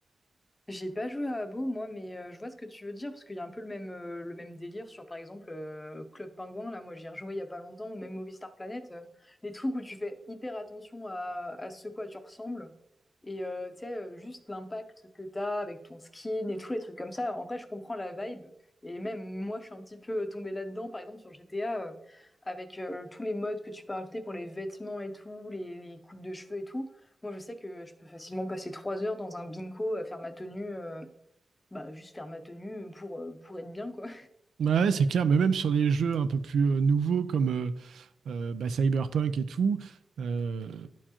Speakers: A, on the left; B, on the right.
A: J'ai pas joué à Abo moi, mais euh, je vois ce que tu veux dire parce qu'il y a un peu le même euh, le même délire sur par exemple euh, Club Penguin Là, moi, j'y ai rejoué il y a pas longtemps ou même Movistar Planet. euh, les trucs où tu fais hyper attention à, à ce quoi tu ressembles. Et euh, tu sais, euh, juste l'impact que t'as avec ton skin et tous les trucs comme ça. En vrai, je comprends la vibe. Et même moi, je suis un petit peu euh, tombée là-dedans, par exemple sur GTA, euh, avec euh, tous les modes que tu peux rajouter pour les vêtements et tout, les, les coupes de cheveux et tout. Moi, je sais que je peux facilement passer trois heures dans un bingo à faire ma tenue, euh, bah juste faire ma tenue pour euh, pour être bien quoi.
B: Ouais, c'est clair, mais même sur des jeux un peu plus euh, nouveaux comme euh, euh, bah, Cyberpunk et tout, euh,